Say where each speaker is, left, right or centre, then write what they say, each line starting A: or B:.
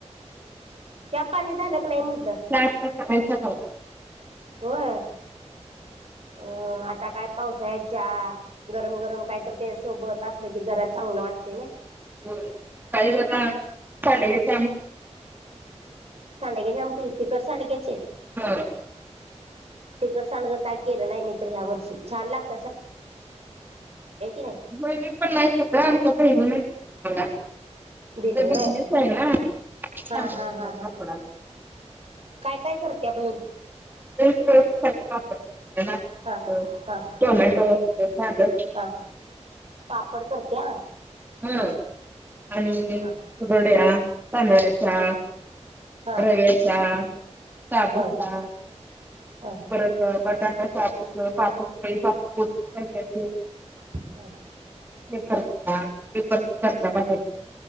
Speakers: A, on the right; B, on the right.
A: त्या पाणी झालं. का नाही म्हंटलं
B: च करायचा ग.
A: हो आहे. अ आता काय पाऊस याच्या गरम गरम काय तर त्या सोबत असलं की जरा. चांगलं वाटते ना.
B: हो काही बला सा.
A: सांडग्याच्यामती तिकट सांडग्याचे.
B: हा.
A: तिकड सड काय केलं नाही मी्र ह्या वर्षी छान लागत. नाही
B: हो मी पण नाही शदा आमच्या प नाही मला.
A: दिलंय
B: त बिजनेस
A: व्हय
B: आहे नागलाड.
A: हा हा हा हा काय काय करते्या बहीण.
B: जप कापडत.
A: हा हा
B: टोमॅटो अस भाजर.
A: हा पापड करत्या.
B: हा आणि
A: हा हा
B: पुरोड्या तांदळाच्या.
A: हा
B: रवे्याचा साबूचा.
A: हा हा
B: परत बटाटा साबूस पापड फळी पापड मोतसारखे.
A: हा
B: ते ख पेप खचा बठ.